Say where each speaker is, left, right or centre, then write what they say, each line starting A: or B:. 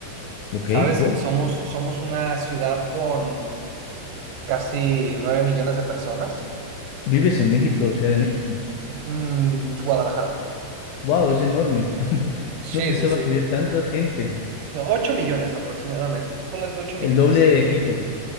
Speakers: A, on the left; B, on the right.
A: ¿Ok?
B: ¿Sabes?
A: ¿Por?
B: Somos, somos una ciudad con casi 9 millones de personas.
A: ¿Vives en México, Ciudad de México?
B: Mm, Guadalajara.
A: ¡Wow! Es enorme. <laughs>
B: Sí,
A: No pensaba
B: sí, sí.
A: que hubiera tanta gente.
B: ocho millones aproximadamente. Pues ponle tú ocho millones.
A: El doble de Quito.